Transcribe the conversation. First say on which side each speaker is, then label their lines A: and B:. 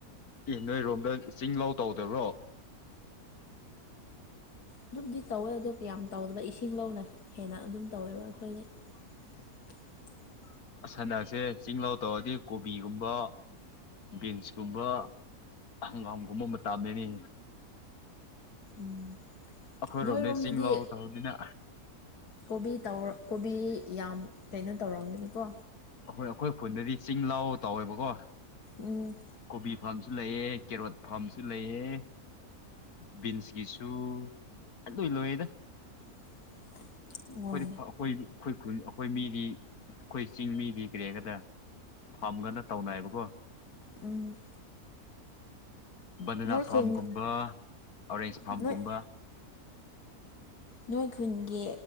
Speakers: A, on the left; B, on the left.
A: ꯑꯦ ꯅꯣꯏꯔꯣꯝꯗ ꯆꯤꯡ ꯂꯥꯎ ꯇꯧꯗꯕ꯭ꯔꯣ
B: ꯑꯗꯨꯝꯗꯤ ꯇꯧꯋꯦ ꯑꯗꯣ ꯀꯌꯥꯝ ꯇꯧꯗꯕ ꯏꯁꯤꯡ ꯂꯧꯅ ꯍꯦꯟꯅ ꯑꯗꯨꯝ ꯇꯧꯋꯦꯕ ꯑꯩꯈꯣꯏꯒꯤ꯫ <inaudible>
A: ꯁꯟꯗꯛꯁꯦ ꯆꯤ ꯂꯥꯎ ꯇꯧꯔꯗꯤ ꯀꯣꯕꯤꯒꯨꯝꯕ ꯕꯤꯟꯁꯀꯨꯝꯕ ꯍꯪꯒꯥꯝꯒꯨꯝꯕ ꯃꯇꯥꯝꯗꯅꯤ꯫
B: ꯎꯝ
A: ꯑꯩꯈꯣꯏꯔꯣꯝꯗ
B: ꯅꯣꯏꯔꯣꯝꯗꯗꯤ꯫
A: ꯆꯤꯡ ꯂꯧ ꯇꯧꯕꯅꯤꯅ
B: ꯀꯣꯕꯤ ꯇ ꯀꯣꯕꯤ ꯌꯥꯝ ꯀꯩꯅꯣ ꯇꯧꯔꯝꯒꯅꯤꯀꯣ꯫
A: ꯑꯩꯈꯣꯏ ꯑꯩꯈꯣꯏ ꯈꯨꯟꯗꯗꯤ ꯆꯤꯡ ꯂꯥꯎ ꯇꯧꯋꯦꯕꯀꯣ꯫
B: ꯎꯝ
A: ꯀꯣꯕꯤ ꯐꯥꯔꯝꯁꯨ ꯂꯩꯑ ꯀꯦꯔꯣꯠ ꯐꯥꯝꯁꯨ ꯂꯩꯌꯦ꯫ ꯕꯤꯟꯁꯀꯤꯁꯨ ꯂꯣꯏ ꯂꯣꯏꯌꯦꯗ꯫
B: <inaudible> ꯑꯣ
A: ꯑꯩꯈꯣꯏꯗꯤ ꯑꯩꯈꯣꯏ ꯑꯩꯈꯣꯏ ꯈꯨ ꯑꯩꯈꯣꯏ ꯃꯤꯗꯤ ꯑꯩꯈꯣꯏ ꯆꯤꯡ ꯃꯤꯗꯤ꯫ ꯀꯤꯔꯦꯒꯗ ꯐꯝꯒꯅ ꯇꯧꯅꯏꯌꯦꯕꯀꯣ
B: ꯎꯝ
A: ꯕꯟꯗꯅꯥ
B: ꯅꯣꯏ
A: ꯐꯥꯝꯒꯨꯝꯕ
B: ꯈꯨꯟ
A: ꯑꯣꯔꯦꯟꯖ ꯐꯥꯝꯒꯨꯝꯕ
B: ꯅꯣꯏ ꯅꯣꯏ ꯈꯨꯟꯒꯤ